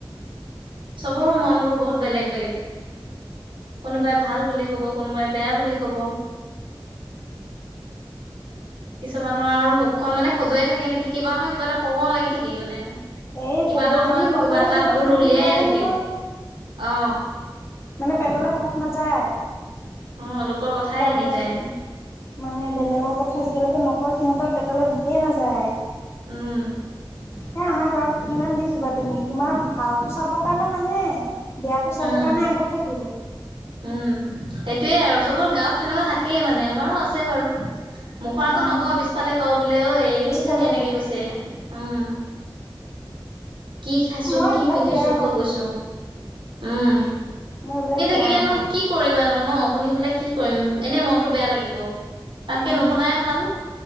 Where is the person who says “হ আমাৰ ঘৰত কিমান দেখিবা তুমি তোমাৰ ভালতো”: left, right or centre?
Left